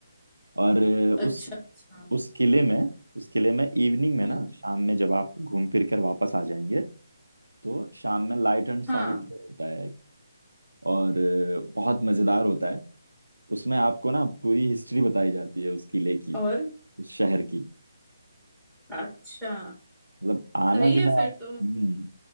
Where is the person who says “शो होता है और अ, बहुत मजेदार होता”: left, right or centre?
Right